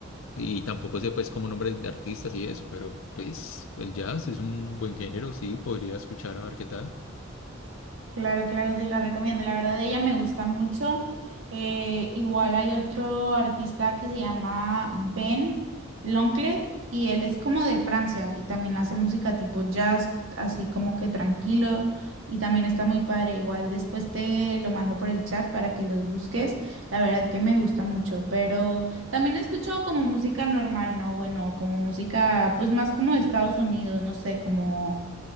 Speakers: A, on the left; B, on the right.
A: y tampoco sé pues como nombres de artistas y eso, pero pues el jazz es un buen género, sí, podría escuchar a ver qué tal.
B: Claro, claro, te la recomiendo. La verdad, ella me gusta mucho. Eh, igual hay otro artista que se llama Ben Loncle y él es como de Francia y también hace música tipo jazz, así como que tranquilo y también está muy padre. Igual después te lo mando por el chat para que los busques. La verdad que me gusta mucho, pero también escucho como música normal, ¿no? Bueno, como música pues más como de Estados Unidos, no sé, como